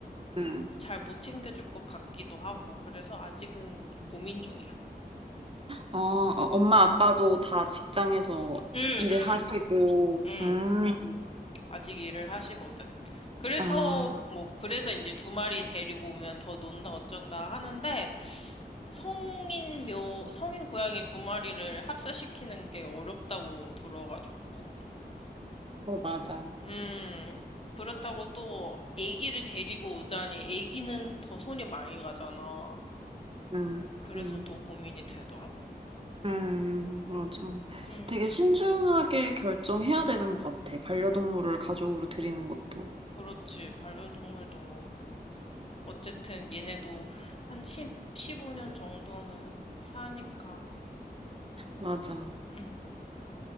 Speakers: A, on the right (about 35°); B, on the left (about 35°).
A: 응.
B: 잘 못 챙겨줄 것 같기도 하고, 그래서 아직은 고민 중이야.
A: 어, 어, 엄마, 아빠도 다 직장에서
B: 응,
A: 일하시고,
B: 응, 응.
A: 음,
B: 아직 일을 하시거든. 그래서,
A: 아,
B: 뭐, 그래서 이제 두 마리 데리고 오면 더 논다 어쩐다 하는데, 성인 묘, 성인 고양이 두 마리를 합사시키는 게 어렵다고 들어가지고.
A: 어, 맞아.
B: 음, 그렇다고 또 아기를 데리고 오자니 아기는 더 손이 많이 가잖아.
A: 음,
B: 그래서
A: 음,
B: 더 고민이 되더라고.
A: 음, 맞아.
B: 응,
A: 되게 신중하게 결정해야 되는 것 같아. 반려동물을 가족으로 드리는 것도.
B: 그렇지. 반려동물도 어쨌든 얘네도 한1 십오 5년 정도는 사니까.
A: 맞아.
B: 음.